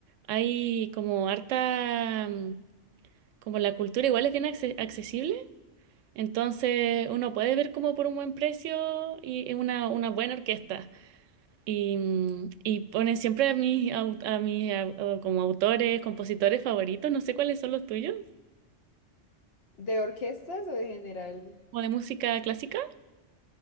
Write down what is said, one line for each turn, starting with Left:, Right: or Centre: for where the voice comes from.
Right: hay como harta, mm, como la cultura igual es bien acce- accesible, entonces uno puede ver como por un buen precio y y una, una buena orquesta. Y, mm, y ponen siempre a mis, au- a, mis au- au- como autores, compositores favoritos, no sé cuáles son los tuyos,
Left: ¿De orquestas o de general?
Right: como de música clásica.